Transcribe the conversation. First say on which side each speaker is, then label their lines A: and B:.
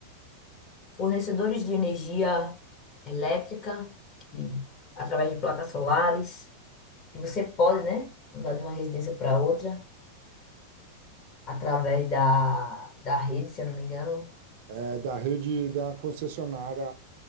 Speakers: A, on the left (about 35°); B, on the right (about 50°).
A: fornecedores de energia elétrica, que, através de placas solares, que você pode, né, mudar de uma residência para outra. através da, da rede, se eu não me engano.
B: é da rede da concessionária